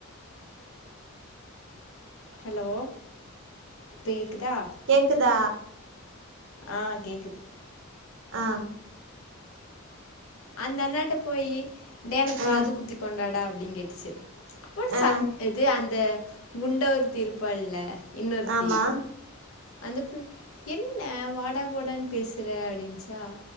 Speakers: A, on the left (about 85°); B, on the right (about 60°).
A: ஹலோ தேக்குதா
B: கேக்குதா
A: ஆ கேக்குது
B: ஆ
A: அந்த அண்ணாட்ட போயி டே எனக் காது
B: ஆ
A: குத்தி கொண்டாடா அப்டிங் கேட்டுச்சு அப்பற
B: ஆ
A: சன் எது அந்த குண்டா ஒருத்தி இருப்பள்ல இன்னொருத்தி
B: ஆமா
A: அந்த புள் என்ன வாடா போடான் பேசற அப்டின்ச்சா